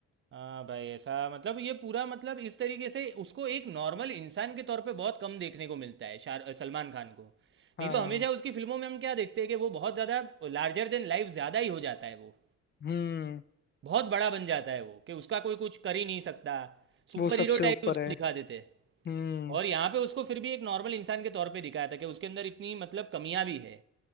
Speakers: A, on the right; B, on the left.
A: हाँ भाई ऐसा मतलब ये पूरा मतलब इस तरीके से उसको एक नॉर्मल इंसान के तौर पे बहुत कम देखने को मिलता है शार सलमान खान को
B: हाँ
A: नहीं तो हमेशा उसकी फिल्मों में हम क्या देखते हैं कि वो बहुत ज़्यादा लार्जर देन लाइफ ज़्यादा ही हो जाता है वो
B: हम्म
A: बहुत बड़ा बन जाता है वो कि उसका कोई कुछ कर ही नहीं सकता सुपर
B: वो सबसे
A: हीरो
B: ऊपर
A: टाइप उसको
B: है
A: दिखा देते हैं
B: हम्म
A: और यहाँ पे उसको फिर भी एक नॉर्मल इंसान के तौर पे दिखाया था कि उसके अंदर इतनी मतलब कमियां भी है